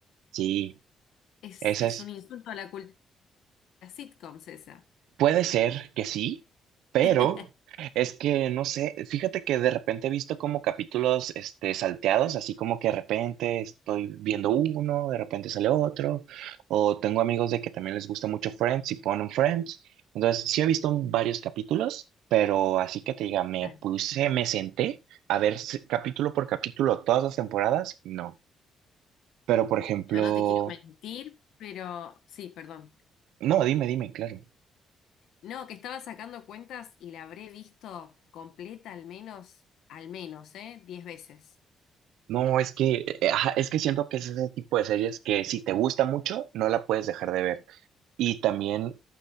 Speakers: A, on the right (about 80°); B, on the left (about 75°).
A: sí,
B: es,
A: esa
B: es
A: es
B: un insulto a la cultura. las sitcoms esa.
A: Puede ser que sí, pero
B: <laughs>
A: es que no sé, fíjate que de repente he visto como capítulos este, salteados, así como que de repente estoy viendo uno, de repente sale otro, o tengo amigos de que también les gusta mucho Friends y ponen Friends. Entonces, sí he visto varios capítulos, pero así que te diga, me
B: Ah,
A: puse, me senté a ver s- capítulo por capítulo todas las temporadas, no. Pero por ejemplo,
B: Yo no te quiero mentir, pero sí, perdón.
A: no, dime, dime, claro.
B: No, que estaba sacando cuentas y la habré visto completa al menos, al menos, ¿eh? Diez veces.
A: No, es que, eh, ajá, es que siento que es ese tipo de series que si te gusta mucho, no la puedes dejar de ver. Y también,